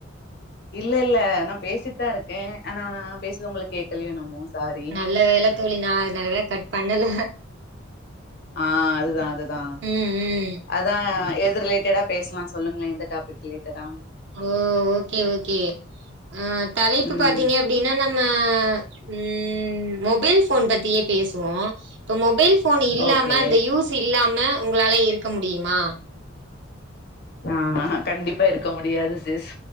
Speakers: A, on the left; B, on the right.
A: இல்ல இல்ல நான் பேசிட்தான் இருக்கேன் ஆனா நான் பேசுறது உங்களுக்கு கேக்கலையோ என்னமோ சாரி
B: நல்ல வேல தோழி நா நல்ல வேலை கட் பண்ணல
A: அ அதுதான் அதுதான்
B: ம் ம்
A: அதான் எது ரிலேட்டடா பேசலாம் சொல்லுங்களேன் எந்த டாபிக் ரிலேட்டடா
B: ஓ ஓகே ஓகே அ தலைப்பு
A: ம்
B: பாத்தீங்க அப்டினா நம்ம ம் மொபைல் போன் பத்தியே பேசுவோம் இப்போ மொபைல் போன் இல்லாம
A: ஓகே
B: அந்த யூஸ் இல்லாம உங்களால இருக்க முடிமா
A: அ கண்டிப்பா இருக்க முடியாது சிஸ்